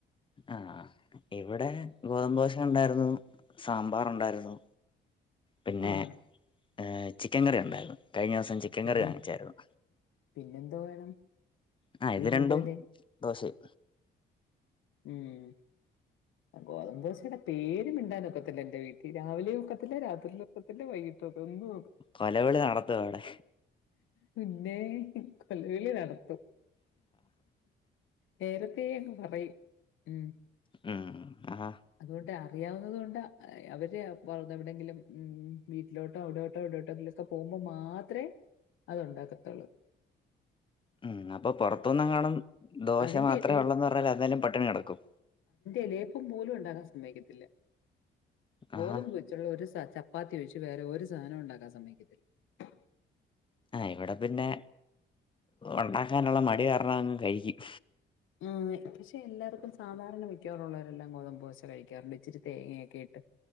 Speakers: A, on the left; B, on the left.
A: ആഹ് ഇവിടെ ഗോതമ്പോശ ഒണ്ടാര്ന്നു സാമ്പാറൊണ്ടാര്ന്നു പിന്നെ
B: ആഹ്
A: ഏഹ് ചിക്കൻ കറി ഒണ്ടാര് കഴിഞ്ഞ ദിവസം ചിക്കൻ
B: പിന്നെ
A: കറി വാങ്ങിച്ചാരുന്നു
B: പിന്നെന്തോ വേണം
A: ആ
B: ഇതീ
A: ഇത്
B: കൂടുതല്
A: രണ്ടും ദോശേം
B: ഉം ഗോതമ്പോശടെ പേര് മിണ്ടാനൊക്കത്തില്ല എന്റെ വീട്ട് രാവിലെയും ഒക്കത്തില്ല രാത്രിലും ഒക്കത് തന്നെ വൈകിട്ടോക്കെ ഒന്ന്
A: കൊലവിളി നടത്തും അവിടെ
B: പിന്നേ കൊലവിളി നടത്തും. നേരത്തേ അങ്ങ് പറയും ഉം
A: ഉം ആഹാ
B: അതുകൊണ്ട് ആ അറിയാവുന്നത് കൊണ്ട് ആഹ് അവര് പൊറത്ത് എവിടെങ്കിലും ഉം വീട്ടിലോട്ടോ അവിടെട്ടോ ഇവിഡോട്ടെങ്കിലും ഒക്കെ പോകുമ്പോ മാത്രമേ അത് ഒണ്ടാക്കത്തുള്ളു
A: ഉം അപ്പൊ പൊറത്തൂന്നെങ്ങാണം ദോശ
B: അതിന്റെ
A: മാത്രെ
B: എലെ
A: ഒള്ളന്ന് പറഞ്ഞാല് അന്നേലും പട്ടിണി കെടക്കും
B: എലേപ്പും പോലും ൺ ണ്ടാകാൻ സമ്മയ്ക്കത്തില്ല ഗോദമ്പ്
A: ആഹാ
B: വെച്ചുള്ള ഒരു സാദ് ചപ്പാത്തി ഒഴിച്ച് വേറെ ഒരു സാനോം ഒണ്ടാക്കാൻ സമ്മയ്ക്കത്തില്ല <unintelligible>
A: ആഹ് ഇവിടെ പിന്നെ ഉണ്ടാക്കാനുള്ള. മടി ടി കാരണം അങ്ങ് കയിക്കും
B: മ് പശെ എല്ലാർകുംസാമ്പാറെന്നെ മിക്കവാറുള്ളോരെല്ലം ഗോതമ്പ് ദേശ കൈകാറ്ണ്ട് ഇചിരി തേങ്ങയൊകിട്ട്